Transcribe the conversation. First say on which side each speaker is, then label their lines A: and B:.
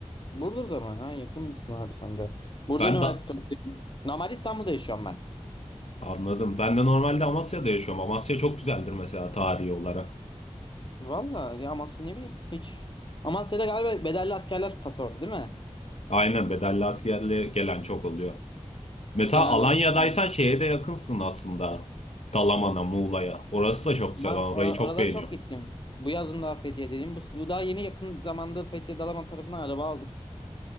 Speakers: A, on the left; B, on the left.
A: Burada mı? Ha, yakın mısın abi sen de? Burada
B: Ben
A: üniversite
B: de
A: okuyorum. Normal İstanbul'da yaşıyorum ben.
B: anladım. Ben de normalde Amasya'da yaşıyorum. Amasya çok güzeldir mesela tarihi olarak.
A: Valla ya Amasya ne bileyim hiç. Amasya'da galiba bedelli askerler pası orada değil mi?
B: Aynen bedelli askerle gelen çok oluyor. Mesela
A: Genelde
B: Alanya'daysan
A: öyle bilmiyorum.
B: şeye de yakınsın aslında. Dalaman'a, Muğla'ya. Orası da çok güzel.
A: Ama
B: Ben orayı
A: or-
B: çok
A: oralara
B: beğeniyorum.
A: çok gittim. Bu yazın daha Fethiye dedim. Bu, bu daha yeni yakın zamanda Fethiye Dalaman tarafına araba aldık.